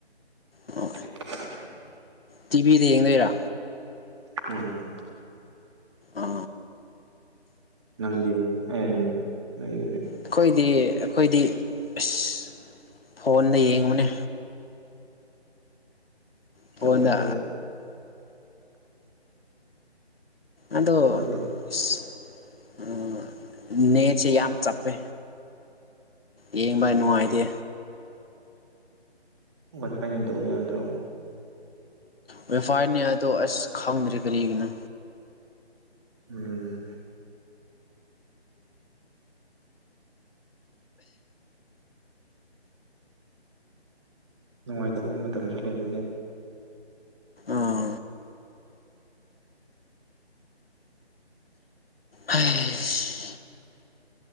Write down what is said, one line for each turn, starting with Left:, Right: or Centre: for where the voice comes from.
Left: ꯑꯣ
Right: <inaudible>
Left: ꯇꯤꯚꯤꯗ ꯌꯦꯡꯗꯣꯏꯔꯥ
Right: ꯎꯝ
Left: ꯑꯥ
Right: ꯅꯪꯗꯤ <inaudible>
Left: ꯑꯩꯈꯣꯏꯗꯤ ꯑꯩꯈꯣꯏꯗꯤ ꯑꯁ ꯐꯣꯟꯗ ꯌꯦꯡꯕꯅꯦ ꯐꯣꯟꯗ
Right: ꯆꯞ ꯃꯥꯟꯅꯩꯗ
Left: ꯑꯗꯣ
Right: ꯑꯗꯨꯒ
Left: ꯑꯁ ꯑꯥ ꯅꯦꯠꯁꯦ ꯌꯥꯝ ꯆꯞꯄꯦ ꯌꯦꯡꯕ ꯅꯨꯡꯉꯥꯏꯇꯦ
Right: ꯋꯥꯏ ꯐꯥꯏꯅ ꯇꯧꯕ ꯌꯥꯗ꯭ꯔꯣ
Left: ꯋꯥꯏ ꯐꯥꯏ ꯅꯦ ꯑꯗꯣ ꯑꯁ ꯈꯪꯗ꯭ꯔꯦ ꯀꯔꯤꯒꯤꯅꯣ
Right: ꯎꯝ ꯅꯨꯡꯉꯥꯏꯇꯕ ꯃꯇꯝꯁꯨ ꯂꯩꯕꯅꯦ
Left: ꯑꯥ ꯍꯩꯁ